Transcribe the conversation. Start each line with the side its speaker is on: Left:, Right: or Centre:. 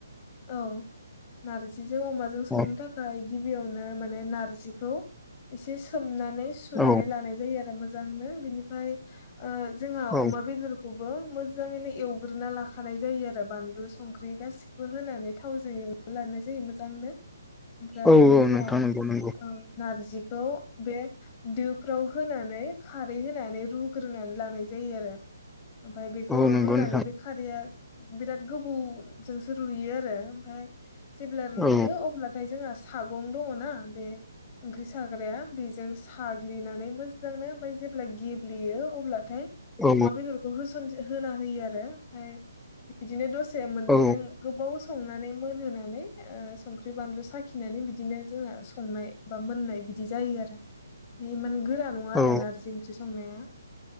Left: औ नारजिजों अमाजों संनो
Centre: औ
Left: थाखाय गिबियावनो माने नारजिखौ एसे सोमनानै सुनानै
Centre: औ
Left: लानाय जायो आरो मोजांनो बिनिफ्राय जोंहा ओ
Centre: औ
Left: अमा बेदर खौबो मोजाङैनो एवग्रोना लाखानाय जायो आरो बानलु संख्रि गासि बो होनानै थावजों एवना लानाय जायो मोजांनो ओमफ्राय
Centre: औ
Left: बिनि
Centre: औ
Left: उनाव
Centre: नोंथां नंगौ नंगौ
Left: नारजिखौ बे दोफ्राव होनानै खारै होनानै रुग्रोनानै लानाय जायो आरो ओमफ्राय बेखौ
Centre: औ नंगौ
Left: रुनानै
Centre: नोंथां
Left: बे खारैया बिराद गोबौजोंसो रुयो आरो ओमफ्राय जेब्ला रुयो
Centre: औ
Left: अब्लाथाय जोंहा सागं दङना बे ओंख्रि साग्राया बेजों साग्लिनानै मोजांनो ओमफफ्राय जेब्ला गेब्लेयो अब्लाथाय
Centre: औ
Left: अमा बेदरखौ होसन होना होयो आरो ओमफ्राय बिदिनो दसाया मोननैजों
Centre: औ
Left: गोबाव संनानै मोनहोनानै ओ संख्रि बानलु साखिनानै बिदिनो जोंना संनाय बा मोननाय बिदि जायो आरो बे इमान गोरा नङा आरो
Centre: औ
Left: नारजि ओंख्रि संनाया